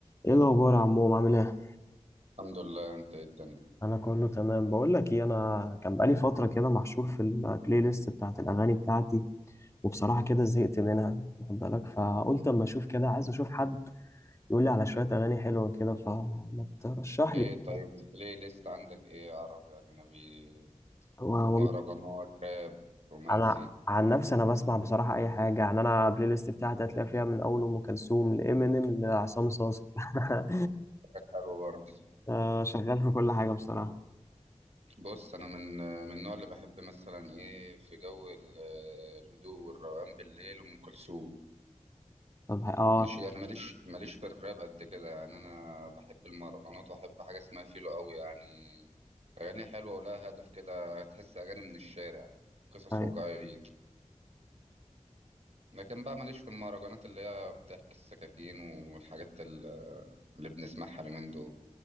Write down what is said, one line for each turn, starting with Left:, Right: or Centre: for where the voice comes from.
Left: ايه الاخبار يا عمو عامل ايه
Right: الحمد لله انت ايه الدنيا
Left: انا كله تمام بقول لك ايه انا كان بقالي فتره كده محشور في البلاي ليست بتاعت الاغاني بتاعتي وبصراحه كده زهقت منها واخد بالك فقلت اما اشوف كده عايز اشوف حد يقول لي على شويه اغاني حلوه كده فما ترشح
Right: ايه
Left: لي كده.
Right: طيب البلاي ليست عندك ايه عربي اجنبي
Left: و- والله
Right: مهرجانات راب رومانسي
Left: انا عن نفسي انا بسمع بصراحه اي حاجه يعني انا البلاي ليست بتاعتي هتلاقي فيها من اول ام كلثوم لامينيم لعصام صاصا <laughs>
Right: حاجات حلوه برضه
Left: آه، شغال في كل حاجه بصراحه
Right: بص انا من من النوع اللي بحب مثلا ايه في جو ال- الهدوء والروقان بالليل ام كلثوم
Left: طب اه
Right: مش انا ماليش ماليش في الراب قد كده يعني انا بحب المهرجانات واحب حاجه اسمها فيلو قوي يعني اغاني حلوه ولها هدف كده تحس اغاني من الشارع قصص
Left: طيب.
Right: واقعيه لكن بقى ماليش في المهرجانات اللي هي بتحكي السكاكين والحاجات ال- اللي بنسمعها اليومين دول